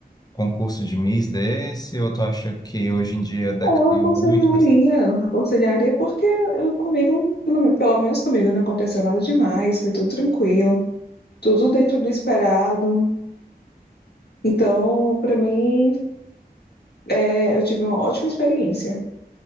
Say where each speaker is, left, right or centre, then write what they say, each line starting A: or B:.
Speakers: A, on the left; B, on the left.
A: concurso de Miss desse, ou tu acha que hoje em dia decaiu
B: Eu aconselharia,
A: muito?
B: aconselharia porque eu, comigo, pelo, men- pelo menos comigo, não aconteceu nada demais, foi tudo tranquilo, tudo dentro do esperado. Então, para mim, é, eu tive uma ótima experiência.